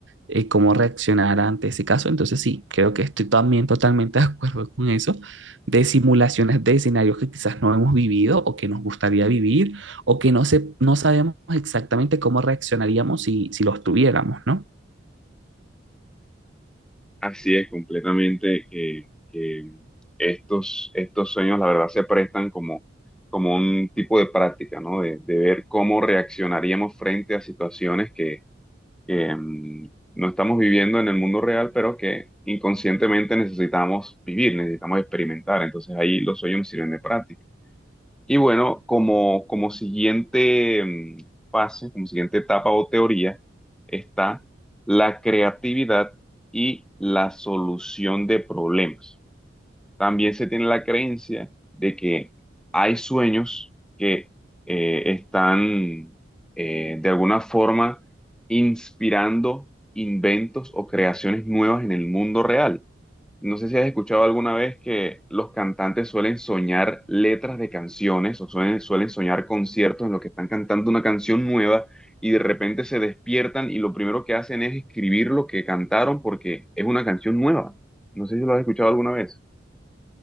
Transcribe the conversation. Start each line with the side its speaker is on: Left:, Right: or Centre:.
Right: eh, cómo reaccionar ante ese caso. Entonces sí, creo que estoy también totalmente <laughs> de acuerdo con eso, de simulaciones de escenarios que quizás no hemos vivido o que nos gustaría vivir o que no, se, no sabemos exactamente cómo reaccionaríamos si, si los tuviéramos, ¿no?
Centre: Así es, completamente, que, que estos, estos sueños, la verdad, se prestan como, como un tipo de práctica, ¿no? De, de ver cómo reaccionaríamos frente a situaciones que que mm, no estamos viviendo en el mundo real, pero que inconscientemente necesitamos vivir, necesitamos experimentar. Entonces ahí los sueños me sirven de práctica. Y bueno, como, como siguiente mm, fase, como siguiente etapa o teoría, está la creatividad y la solución de problemas también se tiene la creencia de que hay sueños que eh, están eh, de alguna forma inspirando inventos o creaciones nuevas en el mundo real. No sé si has escuchado alguna vez que los cantantes suelen soñar letras de canciones o suelen, suelen soñar conciertos en los que están cantando una canción nueva y de repente se despiertan y lo primero que hacen es escribir lo que cantaron porque es una canción nueva. No sé si lo has escuchado alguna vez.